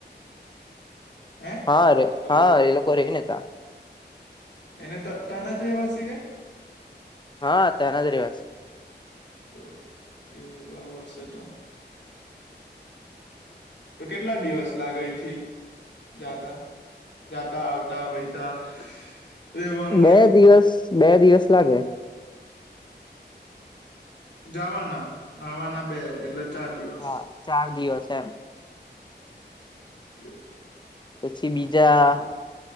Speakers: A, on the left (about 75°); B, on the left (about 25°).
A: હે
B: હા રે
A: હલો
B: હા એ લોકો રે ને તા
A: એને ત તાના જ રહેવાસી કે?
B: હા ત્યાંના જ રેવાસી.
A: કે કે બરાબર સે તો. તો કેટલા દિવસ લાગે એયથી જાતા જાતા આવતા વહીતા. <unintelligible>
B: બે
A: એવું
B: દિવસ બે દિવસ લાગે.
A: જવાના આવના બે એટલે ચાર દિવસ
B: હા ચાર દિવસ એમ
A: કે
B: પછી બીજા
A: જો